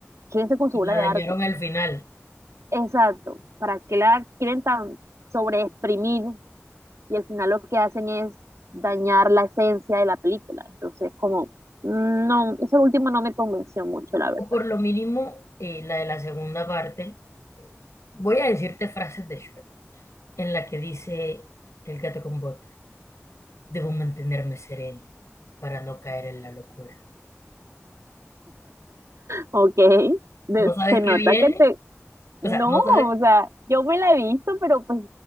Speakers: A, on the right; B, on the left.
A: quédense con
B: y
A: su obra
B: la
A: de
B: dañaron
A: arte.
B: al final.
A: Exacto, ¿para qué la quieren tan sobreexprimir y al final lo que hacen es dañar la esencia de la película? Entonces, como, mm, no, eso último no me convenció mucho, la verdad.
B: O por lo mínimo, eh, la de la segunda parte. Voy a decirte frases de Shrek en la que dice el gato con botas, debo mantenerme sereno para no caer en la locura.
A: Ok, <laughs> de-
B: no sabes
A: se nota
B: qué viene,
A: que te, no,
B: o sea, no sabes,
A: o sea, yo me la he visto, pero pues